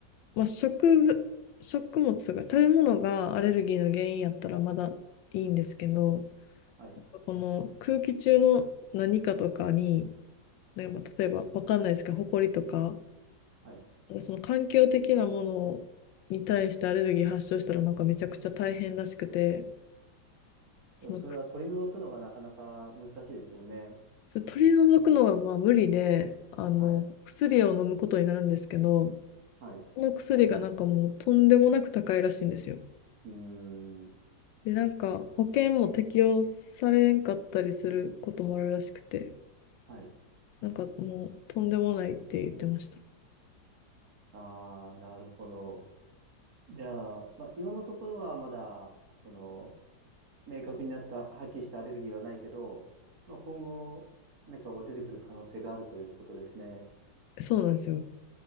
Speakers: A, on the left; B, on the right.
A: まあ、食物、食物とか食べ物がアレルギーの原因やったらまだいいんですけど、
B: はい。
A: この空気中の何かとかに、ねまあ例えばわかんないですけど、埃とか、
B: はい
A: その環境的なものに対してアレルギー発症したらなんかめちゃくちゃ大変らしくて、
B: そう、
A: その
B: それは取り除くのがなかなか難しいですもんね。
A: そう取り除くのがまあ無理で、あの、
B: はい。
A: 薬を飲むことになるんですけど、
B: はい。う
A: この薬がなんかもうとんでもなく高いらしいんですよ。
B: ーん。
A: で、なんか保険も適用されんかったりすることもあるらしくて、
B: はい。
A: なんかもうとんでもないって言ってました。
B: ああ、なるほど。じゃあ、まあ、今のところはまだ、その、明確になった、はっきりしたアレルギーはないけど、まあ、今後、なんかこう出てくる可能性があるということですね。
A: そうなんですよ。